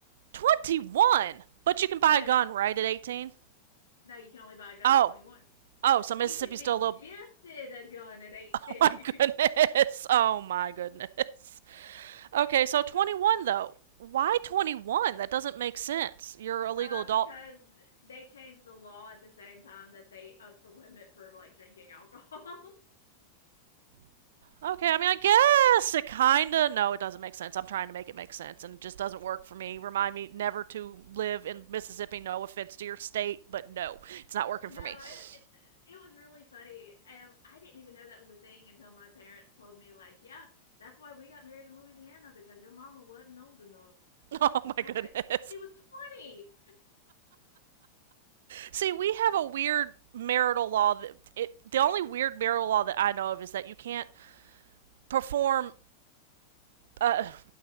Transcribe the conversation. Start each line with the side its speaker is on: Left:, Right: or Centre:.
Right: 21 but you can buy
Left: Yes,
Right: a gun right at 18
Left: no, you can only buy a gun
Right: oh
Left: at 21.
Right: oh so Mississippi's
Left: You can be
Right: still a little
Left: gifted a gun at 18.
Right: <laughs> oh my goodness
Left: <laughs>
Right: oh my goodness Okay, so 21
Left: you
Right: though. Why 21? That doesn't make sense. You're a legal
Left: uh
Right: adult.
Left: because they changed the law at the same time that they upped the limit for like drinking alcohol. <laughs>
Right: Okay, I mean, I guess it kinda. No, it doesn't make sense. I'm trying to make it make sense, and it just doesn't work for me. Remind me never to live in Mississippi. No offense to your state, but no, it's not working
Left: No,
Right: for me.
Left: it,
Right: <laughs>
Left: it it was really funny. And I didn't even know that was a thing until my parents told me, like, yeah, that's why we got married in Louisiana because your mama wasn't old enough.
Right: Oh my
Left: I'm
Right: goodness.
Left: like, she was 20.
Right: See, we have a weird marital law that it. The only weird marital law that I know of is that you can't perform uh,